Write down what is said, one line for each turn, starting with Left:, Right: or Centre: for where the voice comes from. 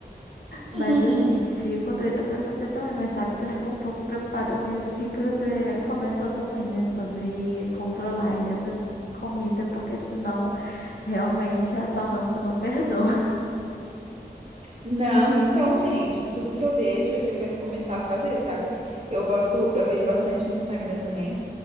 Left: Mas
Right: <laughs>
Left: assim, fico doida pra fazer também, mas sabe que eu fico um pouco preocupada com isso que você comentou também, né? Sobre controlar aí essa comida, porque senão realmente a balança não <laughs> perdoa.
Right: Não, então, gente, tudo que eu vejo, eu já quero começar a fazer, sabe? Eu gosto, eu vejo bastante no Instagram também.